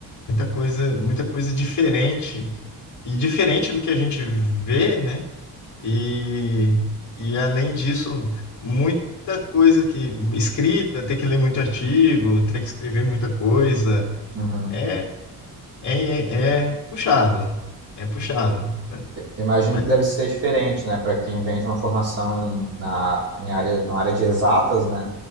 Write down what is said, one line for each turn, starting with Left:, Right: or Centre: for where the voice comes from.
Left: muita coisa, muita coisa diferente e diferente do que a gente vê, né? E, e além disso, muita coisa que escrita, ter que ler muito artigo, ter que escrever muita coisa,
Right: Uhum.
Left: é, é, é é puxado, é puxado, né?
Right: Imagino
Left: Mas
Right: que deve ser diferente, né, para quem vem de uma formação na em área, na área de exatas, né?